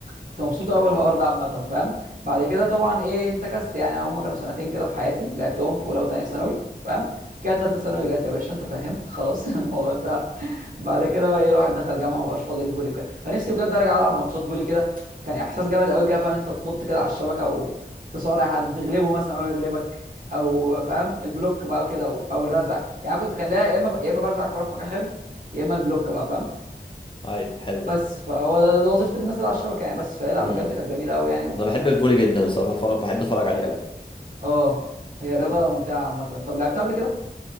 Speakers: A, on the right (about 50°); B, on the left (about 30°).
A: كنت مبسوط قوي
B: حلو
A: الحوار
B: ده
A: ده عامه فاهم بعد كده طبعا ايه انتكست يعني هم كانوا سنتين كده في حياتي لعبتهم في اولى وثانيه ثانوي فاهم كده ثالثه ثانوي جت يا باشا انت فاهم خلاص <laughs> الموضوع انتهى بعد كده بقى ايه الواحد دخل جامعه مبقاش فاضي للفولي وكده فنفسي بجد ارجع العب ماتشات فولي كده كان احساس جامد قوي كده فاهم انت تنط كده على الشبكه وتصارع حد تغلبه مثلا او يغلبك او فاهم البلوك بقى كده او أو الرزع يعني أنا كنت كان ليا يا اما يا اما برزع الكوره في مكان حلو يا اما البلوك بقى فاهم
B: ايوه حلو
A: بس
B: ده
A: فهو ده, ده وظيفة الناس اللي على الشبكة يعني بس فهي لا
B: مم.
A: بجد كانت جميلة قوي يعني و...
B: انا بحب الفولي جدا بصراحة بتفرج بحب اتفرج عليه قوي
A: اه هي رياضة
B: اه
A: ممتعة عامة طب لعبتها قبل كده؟